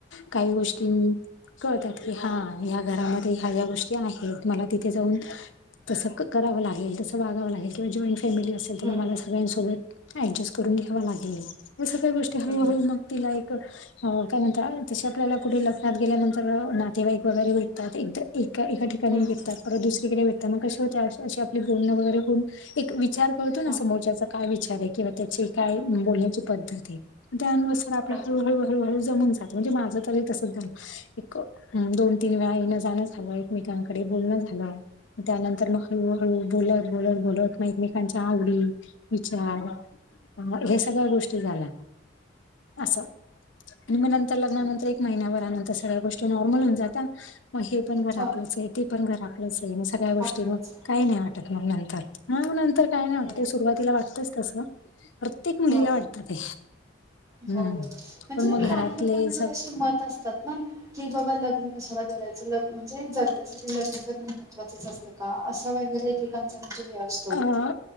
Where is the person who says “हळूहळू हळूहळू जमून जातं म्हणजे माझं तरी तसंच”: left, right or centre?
Left